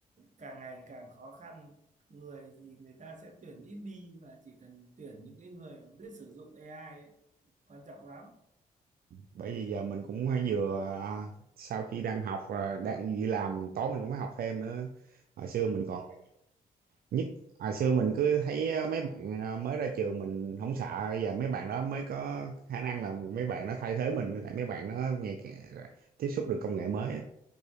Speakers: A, on the right; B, on the right.
A: càng ngày càng khó khăn người thì người ta sẽ tuyển ít đi mà chỉ cần tuyển những cái người mà biết sử dụng AI ấy, quan trọng lắm
B: bởi vì giờ mình cũng hay vừa à, sau khi đang học à, đang đi làm tối mình cũng phải học thêm nữa hồi xưa
A: ừ.
B: mình còn nhất hồi xưa mình cứ thấy à, mấy bạn à, mới ra trường mình không sợ bây giờ mấy bạn đó mới có khả năng là mấy bạn nó thay thế mình tại mấy bạn nó ngày càng tiếp xúc được công nghệ mới á.